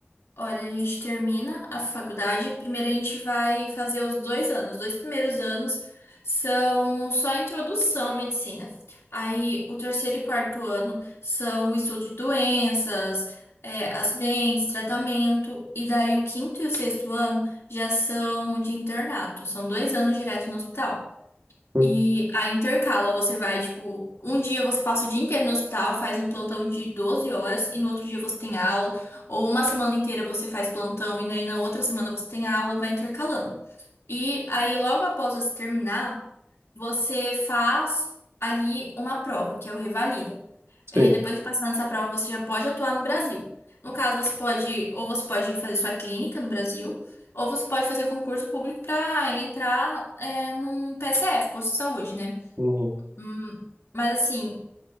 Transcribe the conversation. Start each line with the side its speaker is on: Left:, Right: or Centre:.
Left: Olha, a gente termina a faculdade. Primeiro a gente vai fazer os dois anos. Os dois primeiros anos são só a introdução à medicina. Aí o terceiro e quarto ano são o estudo de doenças, é, acidentes, tratamento. E daí o quinto e o sexto ano já são de internato. São dois anos direto no hospital.
Right: Hum,
Left: E aí intercala, você vai, tipo, um dia você passa o dia inteiro no hospital, faz um plantão de 12 horas e no outro dia você tem aula, ou uma semana inteira você faz plantão e daí na outra semana você tem aula, vai intercalando. E aí logo após você terminar, você faz ali uma prova, que é o revalida.
Right: Sim.
Left: É, depois de passar nessa prova, você já pode atuar no Brasil. No caso, você pode, ou você pode fazer sua clínica no Brasil, ou você pode fazer concurso público para entrar, é, num PSF, posto de saúde, né?
Right: Uhum.
Left: Hum, mas assim,